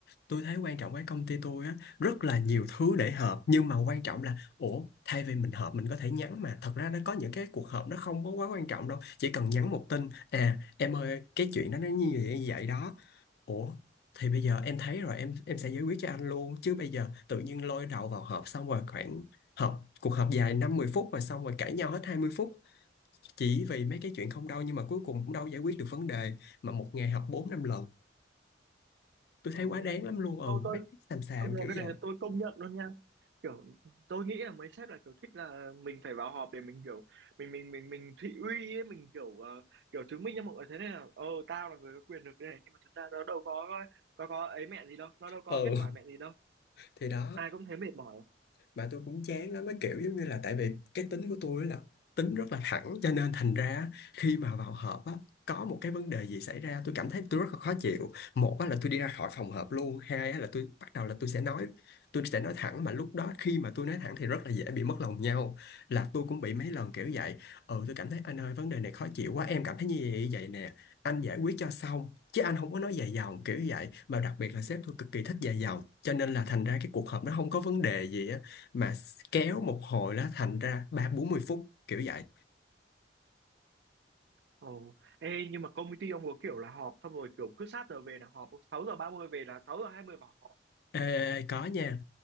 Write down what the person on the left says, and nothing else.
tôi thấy quan trọng cái công ty tôi á rất là nhiều thứ để họp nhưng mà quan trọng là ủa thay vì mình họp mình có thể nhắn mà thật ra nó có những cái cuộc họp nó không có quá quan trọng đâu chỉ cần nhắn một tin à em ơi cái chuyện đó nó như vậy như vậy đó ủa thì bây giờ em thấy rồi em em sẽ giải quyết cho anh luôn chứ bây giờ tự nhiên lôi đầu vào họp xong rồi khoảng họp cuộc họp dài năm mười phút và xong rồi cãi nhau hết hai mươi phút chỉ vì mấy cái chuyện không đâu nhưng mà cuối cùng cũng đâu giải quyết được vấn đề mà một ngày họp 4 5 lần tôi
thấy quá
đáng lắm luôn ừ
mấy cái xàm xàm
kiểu
vậy
ừ
thì đó
mà tôi cũng chán lắm cái kiểu giống như là tại vì cái tính của tôi là tính rất là thẳng cho nên thành ra khi mà vào họp á có một cái vấn đề gì xảy ra tôi cảm thấy tôi rất là khó chịu một á là tôi đi ra khỏi phòng họp luôn hai á là tôi bắt đầu là tôi sẽ nói tôi sẽ nói thẳng mà lúc đó khi mà tôi nói thẳng thì rất là dễ bị mất lòng nhau là tôi cũng bị mấy lần kiểu vậy ừ tôi cảm thấy anh ơi vấn đề này khó chịu quá em cảm thấy như vậy vậy nè anh giải quyết cho xong chứ anh không có nói dài dòng kiểu vậy mà đặc biệt là sếp tôi cực kỳ thích dài dòng cho nên là thành ra cái cuộc họp nó không có vấn đề gì á mà kéo một hồi nó thành ra ba bốn mươi phút kiểu vậy
Ê, có nha